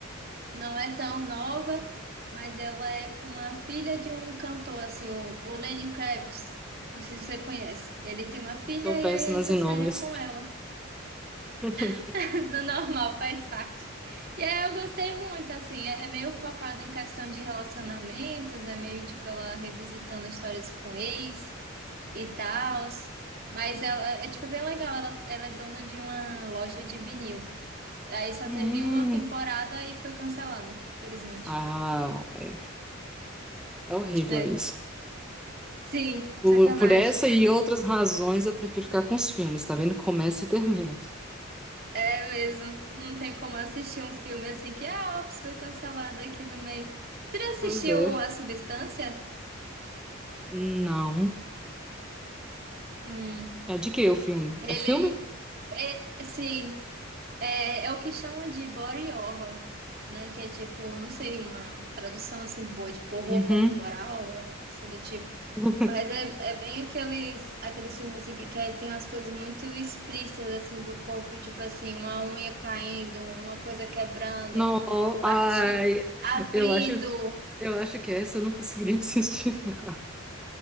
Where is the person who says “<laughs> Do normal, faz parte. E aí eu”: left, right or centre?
Right